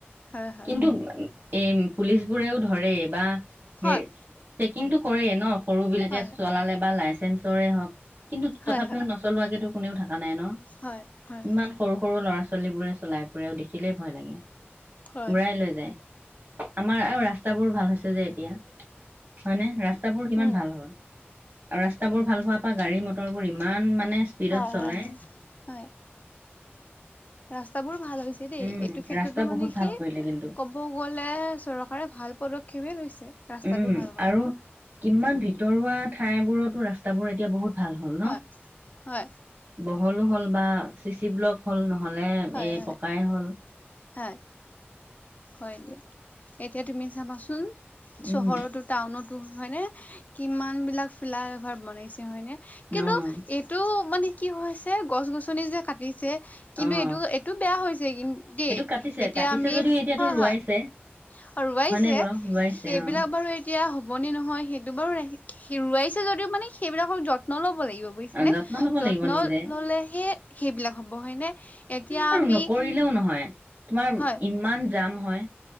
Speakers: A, on the left; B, on the right.
A: হয়-হয়।
B: কিন্তু এই পুলিচ বোৰেও ধৰে বা
A: হয়
B: হে চেকিংটো কৰে ন সৰু বিলাকে
A: হয়
B: চলালে বা লাই হওঁক কিন্তু
A: হয়
B: তথাপিও
A: হয়
B: নচলোৱা কেতো কোনেও থাক থকা নাই ন?
A: হয় হয়
B: ইমান সৰু-সৰু ল'ৰা ছোৱালী বোৰে চলাই ফুৰেও দেখিলেই ভয় লাগে।
A: হয়
B: উৰাই লৈ যায়। আমাৰ আৰু ৰাস্তাবোৰ ভাল হৈছে যে এতিয়া, হয়নে? ৰাস্তা ৰাস্তাবোৰ কিমান
A: উম
B: ভাল হল আৰু ৰাস্তাবোৰ ভাল হোৱাৰ পা গাড়ী মটৰ ইমা ইমান মানে স্পীডত
A: হয়
B: চলায়।
A: হয় হয় হয় ৰাস্তাবোৰ ভাল হ'ল। হৈছে দেই
B: উম
A: এইটো ক্ষেত্ৰতো
B: ৰাস্তা
A: মানে
B: বহুত ভাল
A: কি
B: কৰিলে কিন্তু
A: ক'ব গ'লে চৰকাৰে ভাল পদক্ষেপ খেৱে লৈছে। ৰাস্তাটো
B: উম',
A: ভাল কৰাটো
B: আৰু কিমান ভিতৰুৱা ঠাই বোৰতো ৰাস্তাবোৰ এতিয়া বহুত ভাল হ'ল
A: হয়,
B: ন
A: হয়।
B: বহলো হ'ল বা চি-চি ব্লক হ'ল নহয়? হ'লে
A: হয়
B: এই
A: হয়
B: পকাই হ'ল।
A: হয় হয় দিয়া এতিয়া তুমি চাবাচোন, চহৰতো
B: উম,
A: টাউনত হয়নে কিমান বিলাক ফিলাই অভাৰ বনাইছে হয়নে কিন্তু
B: অ',
A: এইটো মানে কি হৈছে গছ গছনি যে কাটিছে কিন্তু
B: অ',
A: এইটো-এইটো বেয়া হৈছে কি দেই,
B: কাটিছে
A: এতিয়া
B: কাটিছে
A: আমি
B: যদিও এতিয়াতো
A: হয়
B: এইটো ৰোৱাইছে।
A: হয় ৰুৱাইছে
B: হয়নে বাৰু ৰোৱাইছে
A: সেইবিলাক
B: অ',
A: বাৰু এতিয়া হ'বনে নহয় সেইটো বাৰু হেৰুৱাই ৰুৱাইছে যদিও মানে সেইবিলাকৰ যত্ন ল'ব লাগিব বোজিছেনে
B: অ', যত্ন ল'ব
A: যত্ন
B: লাগিব নিজে।
A: ল'লে হে সেইবিলাক হ'ব। সম্ভৱ হয় নে এতিয়া
B: আৰু
A: আমি
B: নকৰিলেও নহয় তোমাৰ
A: হয়
B: ইমান জাম হয়,